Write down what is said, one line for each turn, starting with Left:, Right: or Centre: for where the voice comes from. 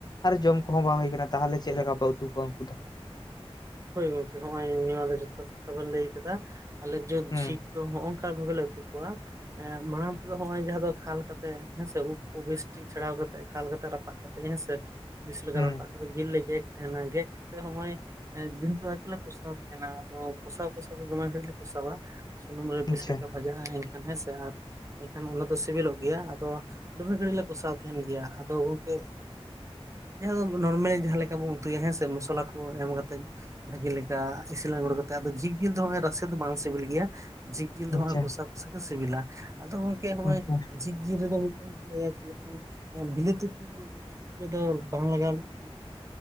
Left: ᱟᱨ ᱡᱚᱢ ᱠᱚᱦᱚᱸ ᱵᱟᱝ ᱦᱩᱭ ᱠᱟᱱᱟ ᱛᱟᱦᱚᱞᱮ ᱪᱮᱫ ᱞᱮᱠᱟ ᱞᱮ ᱩᱛᱩ ᱠᱚᱣᱟ ᱩᱝᱠᱩ ᱫᱚ?
Right: ᱦᱳᱭ ᱜᱚᱝᱠᱮ ᱦᱚᱸᱜ ᱚᱭ ᱱᱮᱣᱟ ᱜᱚ ᱡᱚᱛᱷᱟᱛᱷ ᱠᱟᱛᱷᱟ ᱵᱮᱱ ᱞᱟᱹᱭ ᱠᱟᱫᱟ ᱟᱞᱮ ᱡᱮ
Left: ᱦᱩᱸ
Right: ᱡᱷᱤᱠ ᱛᱚ ᱦᱚᱜᱼᱚ ᱱᱚᱝᱠᱟ ᱵᱷᱟᱵᱮ ᱞᱮ ᱩᱛᱩ ᱠᱚᱣᱟ ᱾ ᱮᱸᱜ ᱢᱟᱲᱟᱝ ᱛᱮᱫᱚ ᱦᱚᱜᱼᱚᱭ ᱡᱟᱦᱟᱸ ᱫᱚ ᱠᱷᱟᱞ ᱠᱟᱛᱮᱜ ᱦᱮᱸ ᱥᱮ ᱩᱵ ᱠᱚ ᱵᱮᱥ ᱴᱷᱤᱠ ᱪᱷᱟᱲᱟᱣ ᱠᱟᱛᱮᱜ ᱠᱷᱟᱞ ᱠᱟᱛᱮᱜ ᱨᱟᱯᱟᱜ ᱠᱟᱛᱮᱡ ᱦᱮᱸᱥᱮ, ᱵᱤᱥ ᱞᱮᱠᱟ
Left: ᱦᱩᱸ
Right: ᱨᱟᱯᱟᱜ ᱠᱟᱛᱮᱜ ᱡᱤᱞ ᱞᱮ ᱜᱮᱫ ᱛᱟᱦᱮᱱᱟ ᱜᱮᱫ ᱠᱟᱛᱮ ᱦᱚᱸᱜᱼᱚᱭ ᱮᱸ ᱡᱤᱞ ᱫᱚ ᱟᱞᱮ ᱜᱮᱞᱮ ᱠᱚᱥᱟᱣ ᱛᱟᱦᱮᱱᱟ, ᱟᱫᱚ ᱠᱚᱥᱟᱣ ᱠᱚᱥᱟᱣ ᱛᱮ ᱫᱚᱢᱮ ᱜᱷᱟᱹᱲᱤᱞᱮ ᱠᱚᱥᱟᱣᱟ ᱾ ᱥᱩᱱᱩᱢ ᱨᱮ ᱵᱮᱥ
Left: ᱟᱪᱪᱷᱟ
Right: ᱞᱮᱠᱟ ᱵᱷᱟᱡᱟᱜᱼᱟ ᱮᱱᱠᱷᱟᱱ ᱦᱮᱸ ᱥᱮ, ᱟᱨ ᱮᱱᱠᱷᱟᱱ ᱚᱱᱟ ᱫᱚ ᱥᱮᱵᱮᱞᱚᱜ ᱜᱮᱭᱟ ᱾ ᱟᱫᱚ ᱫᱟᱢᱮ ᱜᱷᱟᱹᱲᱤᱡ ᱞᱮ ᱠᱚᱥᱟᱣ ᱛᱟᱦᱮᱱ ᱜᱮᱭᱟ ᱟᱫᱚ ᱜᱚᱝᱠᱮ ᱡᱟᱦᱟᱸ ᱫᱚ ᱱᱚᱨᱢᱮᱞ ᱡᱟᱦᱟᱸ ᱞᱮᱠᱟ ᱵᱚᱱ ᱩᱛᱩᱭᱟ ᱦᱮᱸ ᱥᱮ ᱢᱚᱥᱚᱞᱟ ᱠᱚ ᱮᱢ ᱠᱟᱛᱮ ᱛᱮᱡ ᱵᱷᱟᱹᱜᱮ ᱞᱮᱠᱟ ᱤᱥᱤᱱ ᱟᱲᱜᱚ ᱠᱟᱛᱮᱜ ᱟᱫᱚ ᱡᱷᱤᱠ ᱡᱮᱞ ᱫᱚ ᱦᱚᱜᱼᱚᱭ ᱨᱟᱥᱮ ᱫᱚ ᱵᱟᱝ ᱥᱮᱵᱮᱞ ᱜᱮᱭᱟ ᱾ ᱡᱷᱤᱠᱽ ᱡᱤᱞ ᱫᱚ
Left: ᱟᱪᱪᱷᱟ
Right: ᱦᱚᱜᱼᱚᱭ ᱠᱚᱥᱟ ᱠᱚᱥᱟ ᱜᱮ ᱥᱮᱵᱮᱞᱟ, ᱟᱫᱚ ᱜᱚᱝᱠᱮ ᱦᱚᱜᱼᱚᱭ
Left: ᱟᱪᱪᱷᱟ
Right: ᱡᱷᱤᱠᱽ ᱡᱤᱞ ᱨᱮᱫᱚ <unintelligible> ᱠᱚ ᱞᱟᱹᱭᱟ ᱪᱮᱫ ᱦᱚᱸ ᱮᱸ ᱵᱤᱞᱟᱹᱛᱤ ᱠᱚ <unintelligible> ᱵᱟᱝ ᱞᱟᱜᱟᱣ <unintelligible>